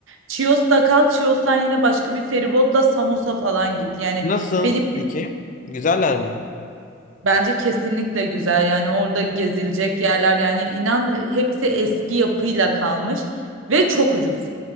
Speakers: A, on the right; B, on the left.
A: Chios'ta kal. Chios'tan yine başka bir feribotla Samos'a falan git. Yani
B: Nasıl
A: benim
B: peki? Güzeller mi?
A: bence kesinlikle güzel. Yani orada gezilecek yerler yani inan hepsi eski yapıyla kalmış ve çok ucuz.